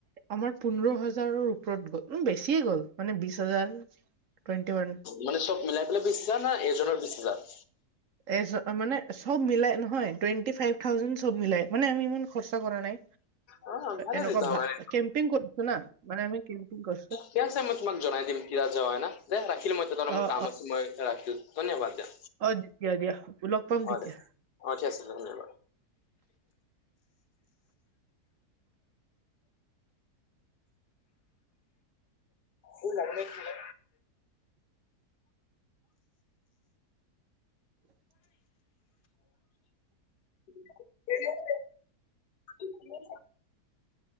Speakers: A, on the right; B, on the left.
A: আমাৰ পোন্ধৰ হাজাৰৰ ওপৰত গ'ল উম বেছিয়ে গ'ল মানে বিশ হাজাৰ। টুৱেণ্টি ওৱান
B: মানে চব মিলাই পেলাই বিশ হেজাৰ না এজনৰ বিশ হেজাৰ?
A: এ চব মানে চব মিলাই নহয় টুৱেণ্টি ফাইভ থাউজেণ্ড চব মিলাই মানে আমি ইমান খৰচা কৰা নাই
B: অ ভালে
A: এনেকুৱা
B: তেতিয়া
A: ভা
B: মানে
A: কেম্পিং কৰিছো না মানে আমি কেম্পিং কৰিছো।
B: ঠিক আছে মই তোমাক জনাই দিম, কি আযে হৈ না দে ৰাখিলো মই তে অলপ
A: অ
B: মান কাম
A: অ
B: আছে মই ৰাখিলোঁ ধন্যবাদ দিয়া।
A: অ', দিয়া দিয়া লগ পাম কেতিয়া?
B: অ দে অ ঠিক আছে ধন্যবাদ। হুৰ লাগিলে
A: <inaudible>
B: <unintelligible>